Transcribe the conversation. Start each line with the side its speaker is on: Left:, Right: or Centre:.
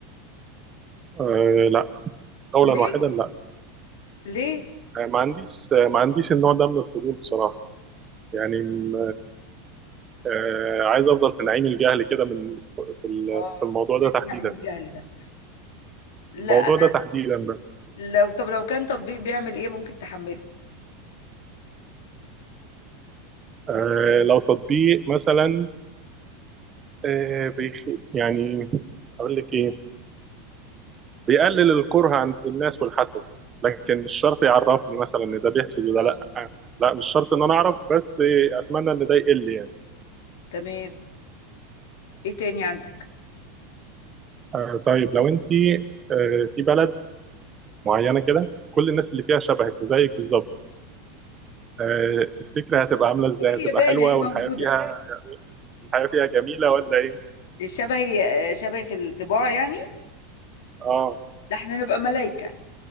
Right: آه لا قولا
Left: ليه
Right: واحدا لا
Left: ليه
Right: آه ما عنديش آه ما عنديش النوع ده من الفضول بصراحة يعني م- آه عايز افضل في نعيم الجهل كده من في ال-
Left: اه
Right: في الموضوع ده
Left: علم
Right: تحديدا
Left: نعيم الجهل ده لا
Right: الموضوع ده تحديدا بس
Left: لو طب لو كان تطبيق بيعمل ايه ممكن تحمله
Right: آه لو تطبيق مثلا آه، بيخ... يعني اقول لك ايه بيقلل الكره عند الناس والحسد لكن مش شرط يعرفني مثلا ان ده بيحسد وده
Left: اه
Right: لا لا مش شرط ان انا اعرف بس اتمنى ان ده يقل يعني
Left: تمام ايه تاني عندك
Right: آه طيب لو انت آه في بلد معينه كده كل الناس اللي فيها شبهك وزيك بالظبط آه تفتكري هتبقى عامله
Left: في
Right: ازاي
Left: اليابان
Right: هتبقى حلوه
Left: اهي
Right: والحياه
Left: موجودة
Right: فيها الحياه فيها جميله ولا ايه
Left: شبهي آه، شبهي في الطباع يعني
Right: اه
Left: ده احنا نبقى ملايكة